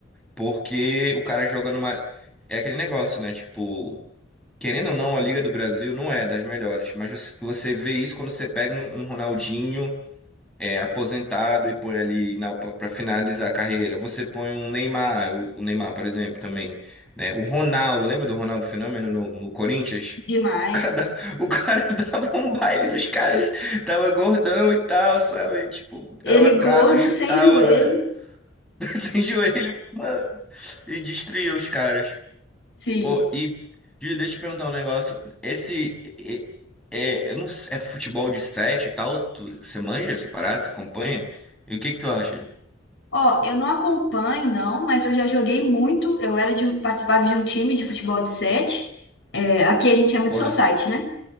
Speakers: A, in the centre; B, on the left.
A: Porque o cara joga numa. É aquele negócio, né? Tipo, querendo ou não, a Liga do Brasil não é das melhores. Mas você você vê isso quando você pega um um Ronaldinho. é, aposentado e põe ali na para finalizar a carreira. Você põe um Neymar, o, o Neymar, por exemplo, também, né? O Ronaldo, lembra do Ronaldo Fenômeno no, no Corinthians?
B: Demais.
A: O cara, da- <laughs> o cara dava um baile nos caras, tava gordão e tal, sabe? Tipo,
B: Ele
A: dava traço,
B: gordo,
A: chutava
B: sem joelho.
A: <laughs> sem joelho, mano, e destruía os caras.
B: Sim.
A: Pô, e, Júlio, deixa eu te perguntar um negócio. Esse. e- É, eu não sei, é futebol de sete e tal? Tu, você manja essa parada? Você acompanha? E o que que tu acha?
B: Ó, eu não acompanho, não, mas eu já joguei muito. Eu era de, participava de um time de futebol de sete. É, aqui a gente chama
A: Porra.
B: de society, né?